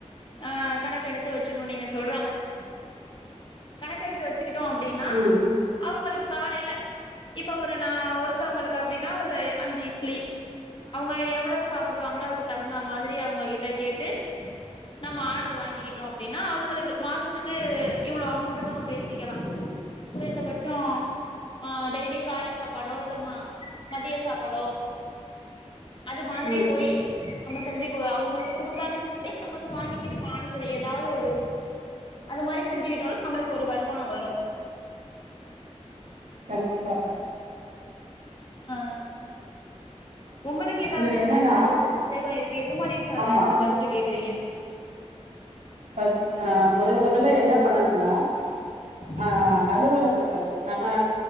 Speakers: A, on the left; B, on the right.
A: ஆ கணக்கு எடுத்து வச்சுக்கணு நீங்க சொல்ற மாரி கணக்கெடுத்து வச்சுக்கிட்டோ அப்டின்னா
B: ம்
A: அவுங்களுக்கு காலையில இப்ப ஒரு நா ஒருத்தோங்ளுக்கு அப்டினா ஒரு அஞ்சு இட்லி அவங்க எவ்ளோ சாப்டுவாங்களோ அதுக்கு தகுந்த மாதிரி அவங்க கிட்ட கேட்டு நம்ம ஆர்டர் வாங்கிக்கிட்டோ அப்டினா அவுங்களுக்கு மாசத்துக்கு இவ்ளோ அமௌண்ட்டுனு நம்ம பேசிக்கலா குறைந்த பட்சோ ஆ டெய்லியு காலை சாப்பாடோ இல்ல ம மதிய சாப்பாடோ அது மாதிரி
B: ம்
A: போயி நம்ம செஞ்சுகுவோ அவுங்களுக்கு குடுத்தாலு செரி வந்து வாங்கி கிட்டு போனாலு செரி ஏதாது ஒரு இது அதுமாரி செஞ்சிக்கிட்டோனா நம்முளுக்கு ஒரு வருமானோ வரு
B: கண்டிப்பாக
A: ஆ
B: ஆ
A: உங்களுக்கு எதாவது இதுல
B: என்னன்னா
A: என்ன சந்தேகோ இருக்கு எது மாரி ச
B: ஆமா
A: டவுட் கேக்குறீங்க
B: ஃபஸ்ட்டு ஆ மொதல் மொதல்ல என்ன பண்ணணுனா
A: ம்
B: ஆ அலுவலகங்கள் நம்ம